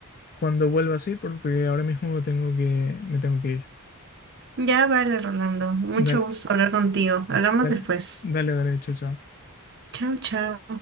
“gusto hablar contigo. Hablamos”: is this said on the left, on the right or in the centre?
Right